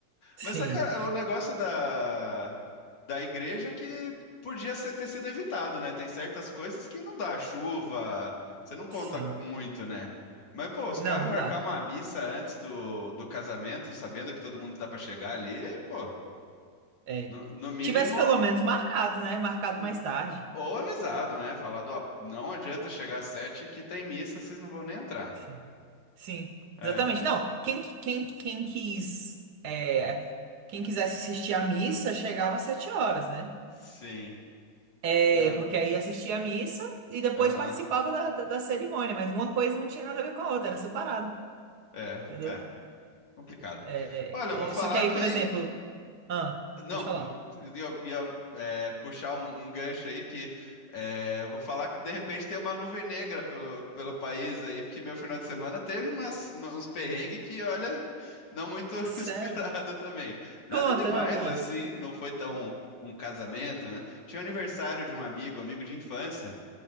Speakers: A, on the right; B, on the left.
A: <laughs> sim,
B: Mas só o negócio da, da igreja é que podia ser, ter sido evitado, né? Tem certas coisas que não dá, chuva, você não conta
A: sim.
B: muito, né? Mas, pô, os
A: Não,
B: caras
A: não
B: marcar
A: dá.
B: uma missa antes do, do casamento, sabendo que todo mundo tá pra chegar ali, é, pô,
A: É.
B: no, no mínimo,
A: Tivesse pelo menos marcado, né? Marcado
B: n-
A: mais tarde.
B: ou avisado, né? Falado, ó, não adianta chegar às sete que tem missa, vocês não vão nem entrar.
A: Sim, sim,
B: É.
A: exatamente. Não, quem, quem, quem quis, é, quem quisesse assistir à missa chegava às sete horas, né?
B: Sim.
A: É,
B: Não.
A: porque aí assistia a missa e depois
B: Aham.
A: participava da, da, da cerimônia, mas uma coisa não tinha nada a ver com a outra, era separado,
B: É,
A: entendeu?
B: é. Complicado.
A: É,
B: Olha, eu vou falar
A: é, é, só que aí,
B: que.
A: por exemplo, ah,
B: Não,
A: pode falar.
B: eu ia, ia, é, puxar um, um gancho aí que é, eu vou falar que de repente tem uma nuvem negra pelo, pelo país aí, porque meu final de semana teve umas, uns perrengues que, olha, não muito <laughs>
A: Sério?
B: esperado também. Nada
A: Conta,
B: demais
A: não, conta.
B: assim, não foi tão um casamento, né? Tinha aniversário de um amigo, amigo de infância.